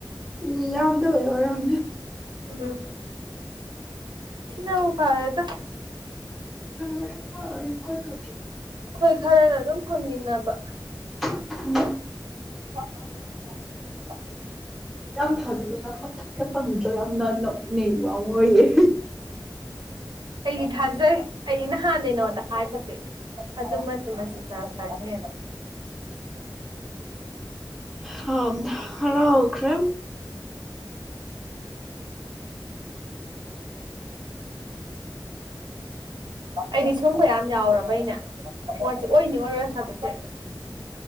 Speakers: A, in the centre; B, on the right (about 70°).
A: ꯃꯤ ꯌꯥꯝꯗꯕꯣ ꯑꯔꯝꯗ
B: ꯎꯝ ꯁꯤꯅꯕꯨ ꯐꯥꯦꯗ
A: ꯔꯣꯏꯔꯈꯣꯏ ꯊꯄꯤ
B: ꯑꯩꯈꯣꯏ ꯈꯔꯒ ꯑꯗꯨꯝ ꯐꯪꯃꯤꯟꯅꯕ
A: ꯎꯝ
B: <inaudible>
A: ꯌꯥꯝ ꯊꯥꯖꯗꯅ ꯐ ꯆꯪꯗ꯭ꯔꯣ ꯌꯥꯝꯅ ꯅꯣꯛꯅꯤꯡꯕ ꯑꯃ ꯑꯣꯏꯌꯦꯦ
B: ꯑꯩꯗꯤ ꯊꯥꯖꯩ ꯑꯩꯗꯤ ꯅꯍꯥꯟꯗꯩꯅꯣꯗ ꯍꯥꯏꯖꯗꯤꯦ ꯑꯗꯨꯃꯁꯦ ꯃꯁꯤꯁꯨꯦ ꯌꯥꯝ ꯀꯥꯟꯅꯩꯅ
A: ꯍ ꯍꯔꯥꯎ ꯑꯣꯈ꯭ꯔꯦ
B: ꯑꯩꯗꯤ ꯁꯨꯝꯕ ꯌꯥꯝ ꯌꯥꯎꯔꯕꯩꯅꯦ ꯄꯣꯠꯁꯦ ꯑꯣꯏꯅꯤ ꯑꯣꯏꯔꯣꯏ ꯍꯥꯏꯕꯁꯦ